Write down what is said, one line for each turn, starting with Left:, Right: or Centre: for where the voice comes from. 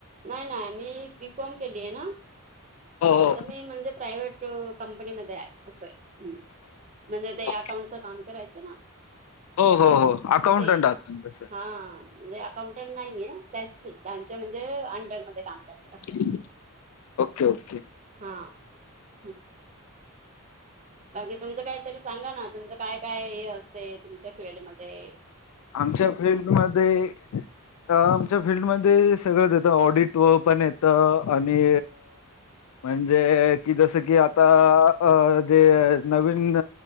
Right: नाही. ना मी बीकॉम केली आहेना.
Left: हो
Right: तर मी म्हणजे <unintelligible> प्रायव्हेट कंपनी मध्ये आहे असं आहे. म्हणजे? ते
Left: हो
Right: अकाउंटचं काम करायचं ना.
Left: हो. हो. हो. अकाउंटन्ट
Right: ते
Left: आहात तुम्ही तसं.
Right: हा म्हणजे? अकाउंटंट नाहीये. त्याची त्यांच्या म्हणजे? अंडरमध्ये काम करत असं.
Left: <inaudible> ओके. ओके.
Right: हा. <unintelligible> बाकी तुमचं काहीतरी सांगा? ना तुमचं काय? काय? हे असते तुमच्या फिल्ड मध्ये.
Left: आमच्या <inaudible> फिल्डमध्ये. आमच्या फील्डमध्ये सगळंच येतं. ऑडिट व पण येतं आणि.. म्हणजे जसं की आता. जे अ. नवीन